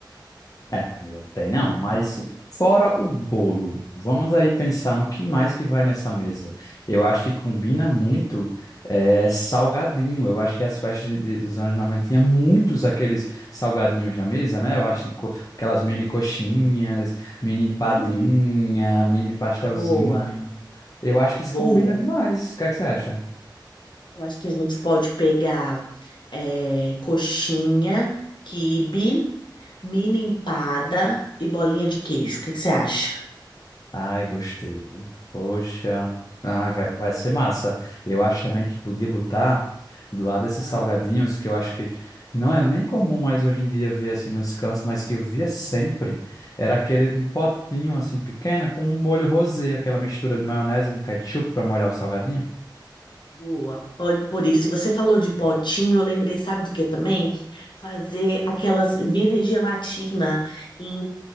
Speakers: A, on the left (about 45°); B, on the left (about 70°).
A: É, amiga, tem não, mas fora o bolo, vamos aí pensar no que mais que vai nessa mesa. Eu acho que combina muito é, salgadinho. Eu acho que as festas de- dos anos 90 tinha muitos aqueles salgadinhos na mesa, né? Eu acho que co- aquelas mini coxinhas, mini empadinha,
B: Ih,
A: mini pastelzinho.
B: boa,
A: Eu acho
B: boa.
A: que isso combina demais. O que é que você acha?
B: Eu acho que a gente pode pegar é, coxinha, quibe, mini empada e bolinha de queijo. O que que você acha?
A: Ai, gostei. viu? Poxa. Ai, vai, vai ser massa. Eu acho também que podia botar do lado desses
B: Ah,
A: salgadinhos, que eu acho que não é nem comum mais hoje em dia ver assim nos cantos, mas que eu via sempre. Era aquele um potinho assim pequeno com um molho rosé, aquela mistura de maionese com ketchup para molhar o salgadinho.
B: boa. Pode por isso. Se você falou de potinho, eu lembrei, sabe do que também? Fazer aquelas mini gelatina em,